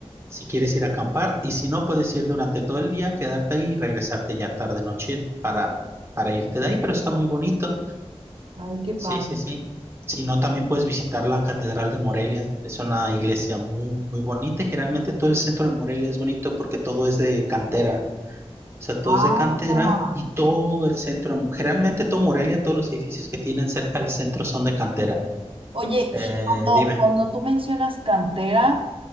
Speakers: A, on the right (about 25°); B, on the right (about 55°).
A: si quieres ir a acampar. Y si no, puedes ir durante todo el día, quedarte ahí y regresarte ya tarde, noche para, para irte de ahí, pero está muy bonito.
B: Ay, qué padre.
A: Sí, sí, sí. Si no, también puedes visitar la Catedral de Morelia. Es una iglesia muy, muy bonita. y Generalmente todo el centro de Morelia es bonito porque todo es de cantera. O sea, todo
B: Ah,
A: es de cantera y todo el centro, generalmente todo Morelia, todos los edificios que tienen cerca del centro son de cantera.
B: oye,
A: Eh,
B: y cuando,
A: dime,
B: cuando tú mencionas cantera,